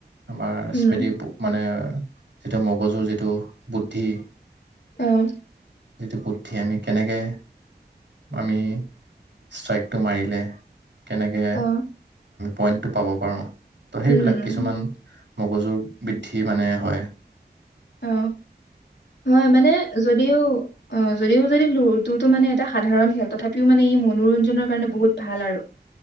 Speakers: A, on the right; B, on the left.
A: আমাৰ
B: উম
A: স্মৃতি মানে যিটো মগজুৰ যিটো বুদ্ধি
B: অহ
A: যিটো বুদ্ধি আমি কেনেকে আমি ষ্ট্ৰাইকটো মাৰিলে কেনেকে
B: অ
A: পইণ্টটো পাব পাৰো ত' সেইবিলাক
B: উম উম
A: কিছুমান মগজুৰ বৃদ্ধি মানে হয়
B: অ হয় মানে যদিও অ যদিও যদি লুডুটো মানে এটা সাধাৰণ খেল তথাপিও মানে ই মনোৰঞ্জনৰ কাৰণে বহুত ভাল আৰু